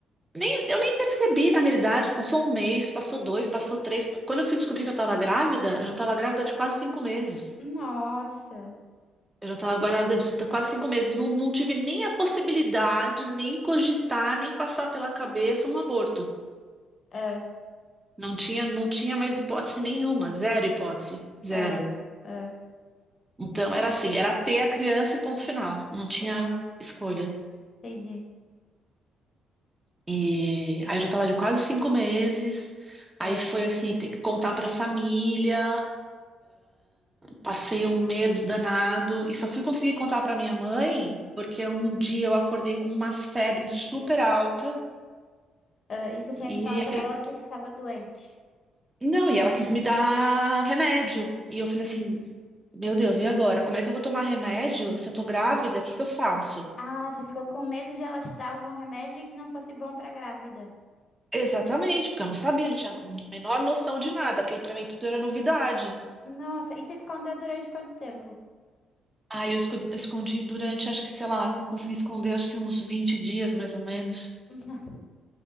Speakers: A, on the right; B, on the left.
A: nem, eu nem percebi na realidade. Passou um mês, passou dois, passou três. Quando eu fui descobrir que eu estava grávida, eu já estava grávida de quase cinco meses.
B: Nossa.
A: Eu já estava guardada disso há quase cinco meses. Não, não tive nem a possibilidade, nem cogitar, nem passar pela cabeça um aborto.
B: Ah,
A: Não tinha, não tinha mais hipótese nenhuma, zero hipótese, zero.
B: ah, ah.
A: Então era assim, era ter a criança e ponto final. Não tinha
B: Te-
A: escolha.
B: Entendi.
A: E aí eu já estava de quase cinco meses.
B: Ah,
A: Aí foi assim, ter que contar para a família. Passei um medo danado e só fui conseguir contar para minha mãe porque um dia eu acordei com uma febre super alta.
B: ah. E você tinha
A: E
B: que falar pra ela porque que você tava doente.
A: Não, e ela quis me dar remédio. E eu falei assim: Meu Deus, e agora? Como é que eu vou tomar remédio se eu tô grávida? O que que eu faço?
B: Ah, você ficou com medo de ela te dar algum remédio que não fosse bom pra grávida.
A: Exatamente, porque eu não sabia, não tinha a menor noção de nada. Aquilo pra mim tudo era novidade.
B: Nossa, e você escondeu durante quanto tempo?
A: Aí eu esco- escondi durante, acho que, sei lá, não consegui esconder, acho que uns vinte dias mais ou menos.
B: <laughs>